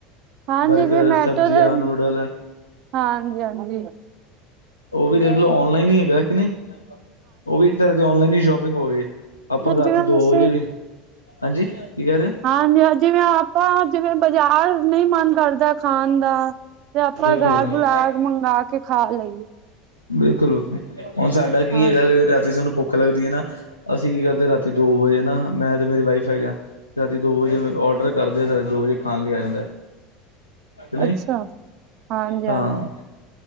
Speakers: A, on the right (about 45°); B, on the left (about 80°).
A: ਹਾਂਜੀ
B: ਬਰਗਰ,
A: ਜਮੇਟੋ
B: ਸਬਜ਼ੀਆਂ,
A: ਤੇ
B: ਨੂਡਲ
A: ਹਾਂਜੀ-ਹਾਂਜੀ।
B: ਉਹ ਵੀ ਦੇਖ ਲਓ ਔਨਲਾਈਨ ਇ ਹੈਗਾ ਕਿ ਨਹੀਂ। ਉਹ ਵੀ ਇੱਕ ਤਰ੍ਹਾਂ ਦੀ ਔਨਲਾਈਨ ਇ ਸ਼ੋਪਿੰਗ ਹੋਵੇ ਆਪਾਂ ਰਾਤੀ
A: ਜਿਹੜਾ
B: ਦੋ
A: ਅਸੀਂ
B: ਵਜੇ ਵੀ ਹਾਂਜੀ ਕੀ ਕਹਿ ਰਹੇ ਓ।
A: ਹਾਂਜੀ ਹਾਂ, ਜਿਵੇਂ ਆਪਾਂ ਜਿਵੇਂ ਬਾਜ਼ਾਰ ਨੀ ਮੰਨ ਘਰ ਦਾ ਖਾਨ ਦਾ ਤੇ ਆਪਾਂ
B: ਬਿਲਕੁਲ
A: ਦਾਲ
B: ਬਿਲਕੁਲ
A: ਬੁਲਾ ਮੰਗਾ ਕੇ ਖਾ ਲਈ ਏ।
B: ਬਿਲਕੁਲ <unintelligible> ਹੁਨ ਸਾਡਾ ਕੀ
A: ਹਾਂ
B: ਹੈਗਾ ਅਗਰ <unintelligible> ਅਂ ਸਾਨੂੰ ਭੁੱਖ ਲੱਗਦੀ ਹੈ ਨਾ, ਅਸੀਂ ਕੀ ਕਰਦੇ ਹਾਂ ਰਾਤੀ ਦੋ ਵਜੇ ਹਨ ਨਾ ਮੈਂ ਤੇ ਮੇਰੀ ਵਾਈਫ ਹੈ ਰਾਤੀ ਦੋ ਵਜੇ ਮੈਂ ਔਡਰ ਕਰਦੇ ਤੇ ਦੋ ਵਜੇ ਖਾਨ ਲਈ ਆ ਜਾਂਦਾ ਐ। ਕਿ ਨਈ
A: ਅੱਛਾ ਹਾਂਜੀ ਹਾਂਜੀ
B: ਹਾਂ।